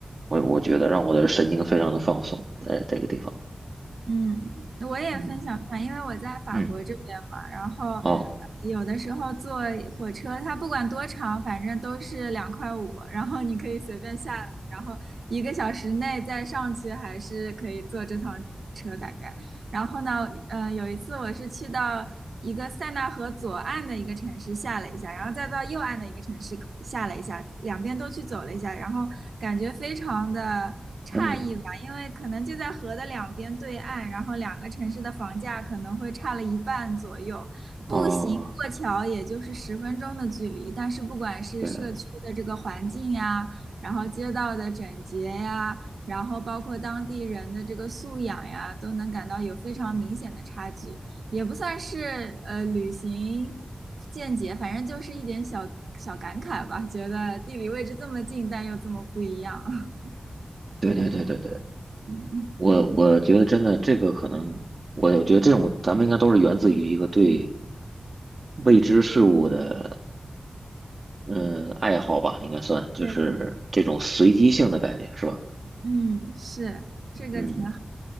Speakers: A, on the right (about 55°); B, on the right (about 85°).
A: 我我觉得让我的神经非常的放松，在这个地方，
B: 嗯，我也分享一下，
A: 嗯
B: 因为我在法国这边嘛，
A: 嗯
B: 然后呃
A: 哦
B: 有的时候坐火车，它不管多长，反正都是两块五，然后你可以随便下来，然后一个小时内再上去，还是可以坐这趟。概。然后呢，呃，有一次我是去到一个塞纳河左岸的一个城市下了一下，然后再到右岸的一个城市下了一下，两边都去走了一下，然后感觉非常的诧异吧，
A: 嗯
B: 因为可能就在河的两边对岸，然后两个城市的房价可能会差了一半左右，
A: 哦，
B: 步行过桥也就是十分钟的距离，但是不管是社区的这个环境呀，
A: 对
B: 然后街道的整洁呀。然后包括当地人的这个素养呀，都能感到有非常明显的差距，也不算是呃旅行见解，反正就是一点小小感慨吧，觉得地理位置这么近，但又这么不一样。<laughs>
A: 对对对对对，
B: 嗯
A: 我我觉得真的这个可能，我我觉得这种咱们应该都是源自于一个对未知事物的嗯，爱好吧，应该算，就是这种随机性的感觉，
B: 对，
A: 是吧？
B: 嗯，是，这个挺好。
A: 嗯，